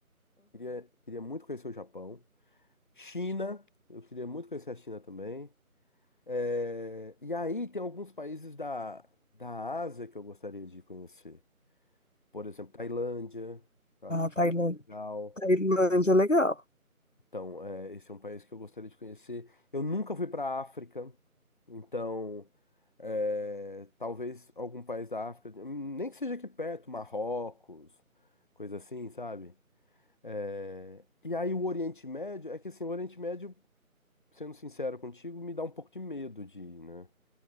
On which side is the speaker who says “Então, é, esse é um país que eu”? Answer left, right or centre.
Left